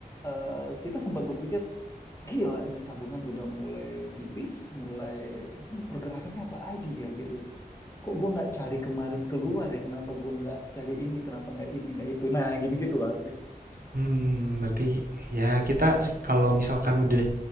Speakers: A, on the left (about 20°); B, on the right (about 75°).
A: eh, kita sempat berpikir gila nih tabungan udah mulai tipis mulai ini pergerakannya apa lagi ya gitu kok gue nggak cari kemarin keluar ya kenapa gue nggak cari ini kenapa nggak ini nggak itu nah gitu gitu loh Arfi
B: hmm, berarti ya kita
A: Nyaman.
B: kalau misalkan udah